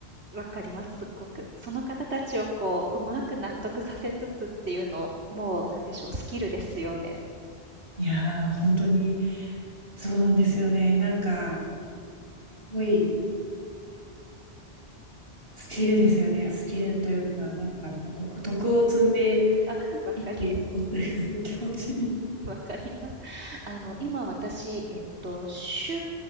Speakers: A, on the right; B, on the right.
A: わかります、すっごく。その方たちをこう、うまく納得させつつっていうの、もうなんでしょう、スキルですよね。
B: いやー、本当に、そうなんですよね。なんか、すごい、スキルですよね。スキルというか、なんか、徳、徳を積んで
A: あ、わかり
B: 生きていこうという気持ちに。
A: <laughs> わかります。あの、今私、えっと、週、